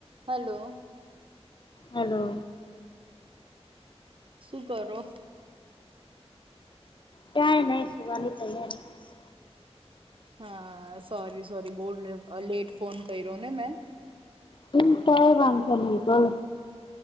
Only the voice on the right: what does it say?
hello
શું કરો
હા સોરી સોરી બહ લેટ ફોન કર્યો ને મેં